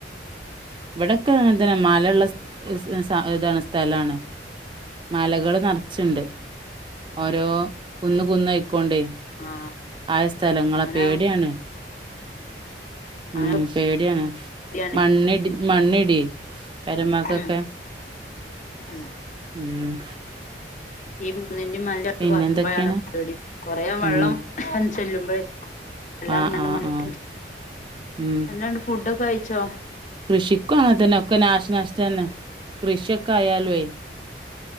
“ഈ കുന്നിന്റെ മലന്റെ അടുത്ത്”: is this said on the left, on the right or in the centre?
Left